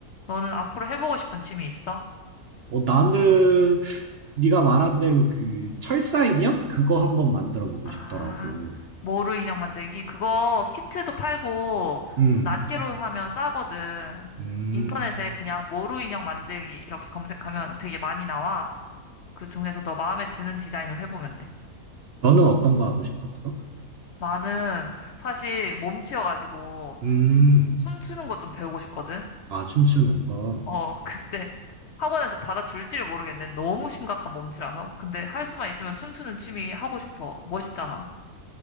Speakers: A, on the left; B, on the right.
A: 너는 앞으로 해보고 싶은 취미 있어?
B: 어, 나는 네가 말한 대로 그 철사 인형 그거 한번 만들어 보고
A: 아,
B: 싶더라고.
A: 모루 인형 만들기. 그거 키트도 팔고,
B: 음.
A: 낱개로 사면 싸거든.
B: 음.
A: 인터넷에 그냥 모루 인형 만들기 이렇게 검색하면 되게 많이 나와. 그 중에서 너 마음에 드는 디자인을 해보면 돼.
B: 너는 어떤 거 하고 싶었어?
A: 나는 사실 몸치여가지고
B: 음.
A: 춤추는 것 좀 배우고 싶거든.
B: 아, 춤추는 거.
A: 어, 근데 <laughs> 학원에서 받아줄지를 모르겠네. 너무 심각한 몸치라서. 근데 할 수만 있으면 춤추는 취미 하고 싶어. 멋있잖아.